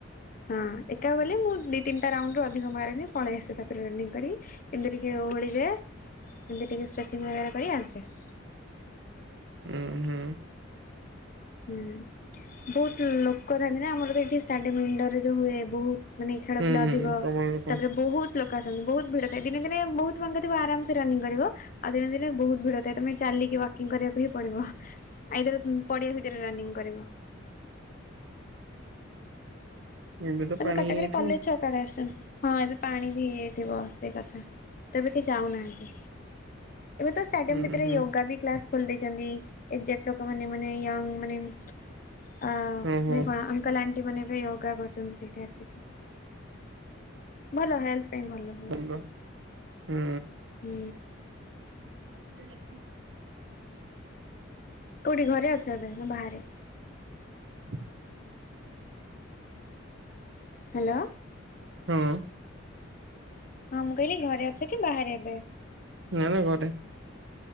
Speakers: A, on the left (about 45°); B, on the right (about 65°).
A: ହଁ ଏକା ଗଲେ ମୁଁ ଦୁଇ ତିନିଟା ରାଉଣ୍ଡରୁ ଅଧିକ ମାରେନି ପଳେଇ ଆସେ ତାପରେ ରନିଙ୍ଗ କରି। ଏମିତି ଟିକେ ଓହଳିଯାଏ ଏମିତି ଟିକେ ଷ୍ଟ୍ରେଚିଂ ବଗରା କରି ଆସି ଯାଏ।
B: ହୁଁ ହୁଁ
A: ହୁଁ ବହୁତ ଲୋକ ଥାନ୍ତି ନା ଆମର ତ ଷ୍ଟାଡିୟମ୍ ରେ ଯୋଉ ହୁଏ ବହୁତ। ମାନେ ଖେଳ
B: ହୁଁ
A: ପିଲା
B: ହୁଁ
A: ଅଧିକ
B: ପ୍ରବଳ ଲୋକ
A: ତାପରେ ବହୁତ ଲୋକ ଆସନ୍ତି, ବହୁତ ଭିଡ ଥାଏ, ଦିନେ ଦିନେ ବହୁତ ଫାଙ୍କା ଥିବ, ଆରାମସେ ରନିଂ କରିବ। ଆଉ ଦିନ ଦିନେ ବହୁତ ଭିଡ ଥାଏ, ତମେ ଚାଲିକି ୱାକିଂ କରିବାକୁ ହିଁ ପଡିବ, ଆଇଦର ପଡିିଆ ଭିତ ଭିତରେ ରନିଂ କରିବ।
B: ଏବେ ତ
A: ତମେ
B: ପାଣି
A: କଟକ
B: ହେଇଯାଇଥିବ।
A: ରେ କଲେଜ ଛ <unintelligible> ହଁ ଏବେ ପାଣି ବି ହେଇଯାଇଥିବ ସେଇ କଥା, ତେବେ କେହି ଯାଉନାହାନ୍ତି। ଏବେ ତ ଷ୍ଟାଡିୟମ୍
B: ହୁଁ
A: ଭିତରେ
B: ହୁଁ
A: ୟୋଗା ବି କ୍ଲାସ ଖୋଲି ଦେଇଚନ୍ତି, ଏଜାକ୍ଟ ଲୋକ ମାନେ, ମାନେ ୟଙ୍ଗ ମାନେ, ଅ
B: ହଉ ହଉ
A: ମାନେ କଣ ଅଙ୍କଲ ଆଣ୍ଟି ମାନେ ବି ୟୋଗା କରୁଚନ୍ତି ସେଇଠି ଆସିକି, ଭଲ ହେଲଥ୍ ପାଇଁ ଭଲ। ବହୁତ
B: କରିବା, ହୁଁ।
A: ହୁଁ।
B: <unintelligible>
A: କୋଉଠି, ଘରେ ଅଛ ଏବେ, ନା ବାହାରେ?
B: <unintelligible>
A: ହାଲୋ।
B: ହଁ।
A: ହଁ, ମୁଁ କହିଲି ଘରେ ଅଛ କି ବାହାରେ ଏବେ?
B: ନା ନା ଘରେ।